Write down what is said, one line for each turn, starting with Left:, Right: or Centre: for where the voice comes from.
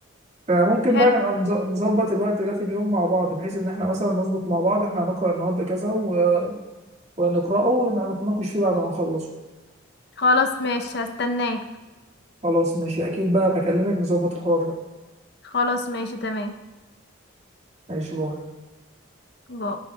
Right: فممكن
Left: حلو
Right: بقى نبقى نز- نظبط الوقت ده في اليوم مع بعض بحيث ان احنا مثلا نظبط مع بعض احنا هنقرأ النهارده كذا و... ونقرأه ونبقى نتناقش فيه بعد ما نخلصه
Left: خلاص ماشي هستناه
Right: خلاص ماشي اكيد بقى بكلمك نظبط الحوار ده
Left: خلاص ماشي تمام
Right: ماشي باي
Left: باي